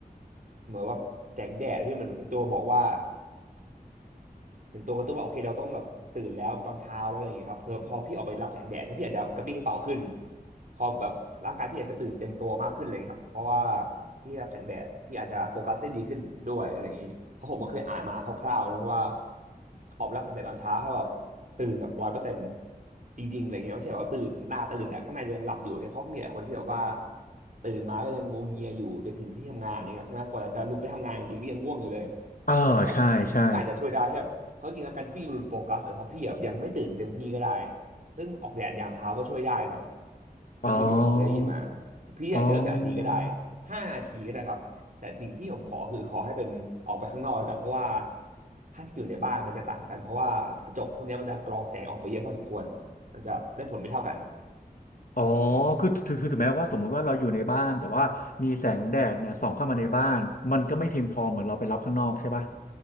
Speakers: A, on the right (about 55°); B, on the left (about 60°).
A: เหมือนว่าแสงแดดที่มันเหมือนเป็นตัวบอกว่า เป็นตัวกระตุ้นว่าโอเคเราต้องแบบตื่นแล้วตอนเช้าแล้วอะไรอย่างเงี้ยครับเพื่อพอพี่ออกไปรับแสงแดดใช่ไหมพี่อาจจะกระปรี้กระเปร่าขึ้นพอแบบร่างกายพี่อาจจะตื่นเต็มตัวมากขึ้นอะไรอย่างเลยครับเพราะว่าพี่รับแสงแดดพี่อาจจะโฟกัสได้ดีขึ้นด้วยอะไรอย่างงี้เพราะผมก็เคยอ่านมาคร่าวๆนะว่าออกไปรับแสงแดดตอนเช้าถ้าแบบตื่นแบบร้อยเปอร์เซ็นต์จริงๆอะไรเงี้ยไม่ใช่ว่าตื่นหน้าตื่นแต่ข้างในเรายังหลับอยู่เนี่ยเพราะมีหลายคนที่แบบว่าตื่นมาก็ยังงวงเงียอยู่จนถึงที่ทำงานเนี่ยครับใช่ไหมกว่าจะลุกไปทำงานจริงๆนี่ยังง่วงอยู่เลย
B: อ่าใช่ใช่
A: แบบวิธีนี้ก็อาจจะช่วยได้ให้แบบ เพราะจริงๆอาการที่พี่หลุดโฟกัสอาจจะเพราะพี่แบบยังไม่ตื่นเต็มที่ก็ได้ซึ่งออกแดดยามเช้าก็ช่วยได้ครับนี่คือที่ผมเคยได้ยินมา
B: อ๋อ
A: พี่อาจจะเริ่มจากอันนี้ก็ได้
B: อ๋อ
A: ห้านาทีก็ได้ครับแต่สิ่งที่ผมขอคือขอให้เป็นออกไปข้างนอกแล้วกันเพราะว่าถ้าพี่อยู่ในบ้านมันจะต่างกันเพราะว่ากระจกพวกเนี้ยมันจะกรองแสงออกไปเยอะพอสมควรมันจะได้ผลไม่เท่ากัน
B: อ๋อคือคือคือถึงแม้ว่าสมมุติว่าเราอยู่ในบ้าน แต่ว่ามีแสงแดดเนี่ยส่องเข้ามาในบ้าน มันก็ไม่เพียงพอเหมือนเราไปรับข้างนอกใช่ป่ะ